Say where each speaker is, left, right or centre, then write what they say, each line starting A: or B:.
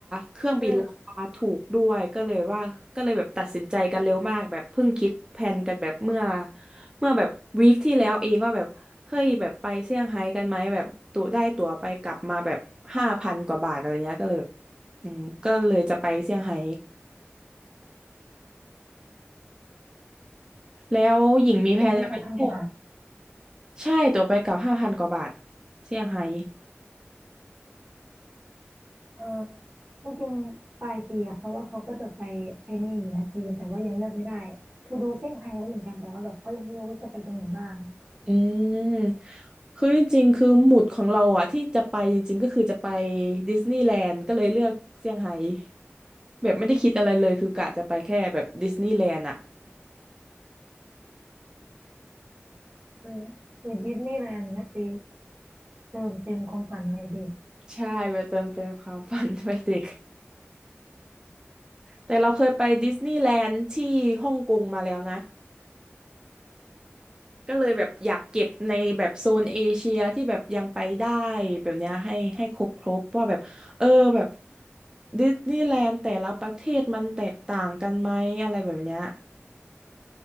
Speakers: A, on the right (about 15°); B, on the right (about 40°).
A: เครื่องบินราคาถูกด้วยก็เลยว่าก็เลยแบบตัดสินใจกันเร็วมากแบบเพิ่งคิดแผนกันแบบเมื่อ
B: เออ
A: เมื่อแบบวีคที่แล้วเองว่าแบบเฮ้ยแบบไปเซี่ยงไฮ้กันไหมแบบตั๋วได้ตั๋วไปกลับมาแบบห้าพันกว่าบาทอะไรเงี้ยก็เลยแบบอืมก็เลยจะไปเซี่ยงไฮ้ แล้วหญิงมีแผนจะไปเที่ยว
B: ตั๋วไปกับพันกว่าบาท
A: ใช่ตั๋วไปกลับห้าพันกว่าบาทเซี่ยงไฮ้
B: เออจริงๆปลายปีอะเพราะว่าเขาก็จะไปไอ้นี่อยู่นะจีนแต่ว่ายังเลือกไม่ได้คือดูเซี่ยงไฮ้แล้วเหมือนกันแต่ว่าแบบก็ยังไม่รู้ว่าจะไปตรงไหนบ้าง
A: อืม คือจริงๆคือหมุดของเราอะที่จะไปจริงๆก็คือจะไปดิสนีย์แลนด์ก็เลยเลือกเซี่ยงไฮ้แบบไม่ได้คิดอะไรเลยคือกะจะไปแค่แบบดิสนีย์แลนด์อะ
B: เออไปดิสนีย์แลนด์เนี้ยไปเติมเต็มความฝันวัยเด็ก
A: ใช่ไปเติมเต็มความฝัน <laughs> ไปเด็กแต่เราเคยไปดิสนีย์แลนด์ที่ฮ่องกงมาแล้วนะ ก็เลยแบบอยากเก็บในแบบโซนเอเชียที่แบบยังไปได้แบบเนี้ยให้ให้ครบครบว่าแบบเออแบบดิสนีย์แลนด์แต่ละประเทศมันแตกต่างกันไหมอะไรแบบเนี้ย